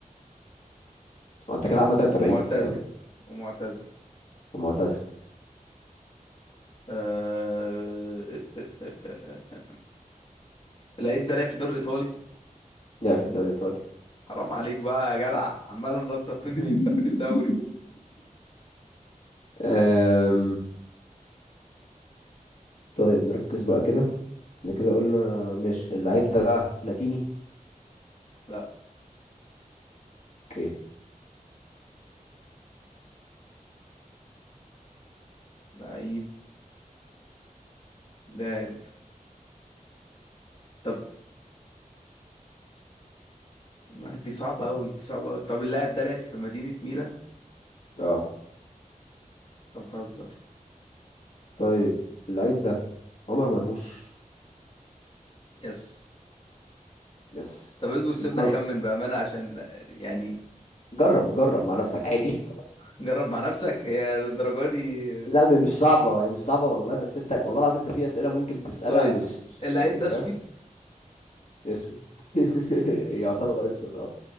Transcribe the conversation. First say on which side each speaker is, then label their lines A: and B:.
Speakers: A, on the left; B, on the left.
A: هو انت كده عامة انت
B: ومعتزل
A: بعيد فاهم
B: ومعتزل
A: ومعتزل
B: آه... آه، آه، آه، آه. آه. اللعيب ده لعب في الدوري الإيطالي
A: لعب في الدوري الايطالي
B: حرام عليك بقى يا جدع عمال نططوني
A: <laughs>
B: من دوري لدوري
A: أم... طيب نركز بقى كده احنا كده قلنا ماشي اللعيب ده لاتيني
B: لا
A: اوكي
B: لعيب لاعب طب ما دي صعبة أوي دي صعبة أوي طب اللاعب ده لعب في مدينة ميلان
A: اه
B: طب بتهزر
A: طيب اللعيب ده عمر مرموش
B: يس
A: يس
B: طب اصبر سيبنا
A: جرب
B: خمن بأمانة عشان يعني
A: جرب جرب مع نفسك عادي
B: جرب مع نفسك هي للدرجة دي
A: <laughs> لا م- مش صعبة هي مش صعبة والله بس انت والله العظيم انت في اسئلة ممكن تسألها
B: طيب
A: مش مش
B: اللعيب
A: يعني
B: ده
A: فاهم
B: سويد
A: اسود <laughs> يعتبر اسود اه